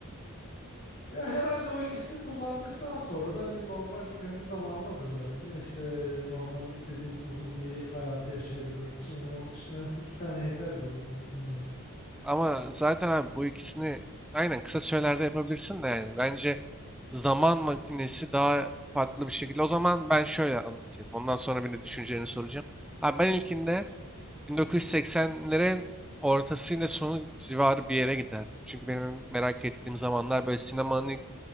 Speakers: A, on the left (about 40°); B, in the centre.
A: Ya herhalde o ikisini kullandıktan sonra da hani normal kendi zamanıma dönerdim ya işte normal istediğim uzun bir hayatı yaşayabilmek için hani onun dışında iki tane yeter gibi bana bilmiyorum.
B: Ama zaten abi bu ikisini aynen kısa sürelerde yapabilirsin de yani. Bence zaman makinesi daha farklı bir şekilde. O zaman ben şöyle anlatayım. Ondan sonra bir de düşüncelerini soracağım. Abi ben ilkinde 1980'lerin ortasıyla sonu civarı bir yere giderdim. Çünkü benim merak ettiğim zamanlar böyle sinemanın ilk